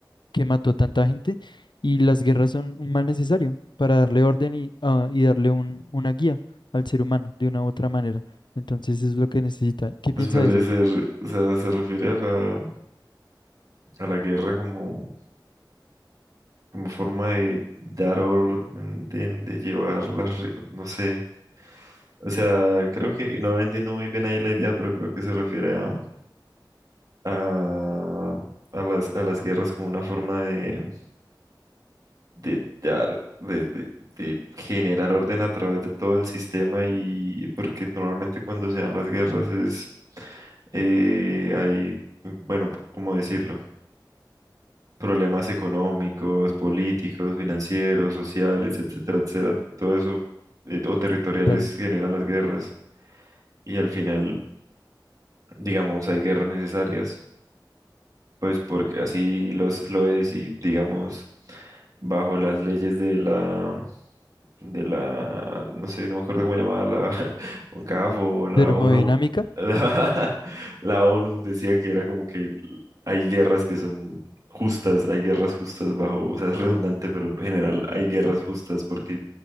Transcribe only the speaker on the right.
pues,
parece,
r- o sea, se refiere a la a la guerra como, como forma de dar orden, de, de llevar las, re- no sé, o sea, creo que no la entiendo muy bien ahí la idea, pero creo que se refiere a, a, a las, a las guerras como una forma de, de dar, de, de, de generar orden a través de todo el sistema y porque normalmente cuando se dan las guerras es, eh, hay, bueno, ¿cómo decirlo? problemas económicos, políticos, financieros, sociales, etcétera, etcétera, todo eso, eh, o territoriales
generan las guerras y al final, digamos, hay guerras necesarias pues porque así los, lo es y digamos, bajo las leyes de la, de la, no sé, no me acuerdo cómo llamaba la <laughs> UNCAF o la
ONU, la, <laughs> la ONU decía que era como que hay guerras que son justas, hay guerras justas bajo, o sea, es redundante, pero en general hay guerras justas porque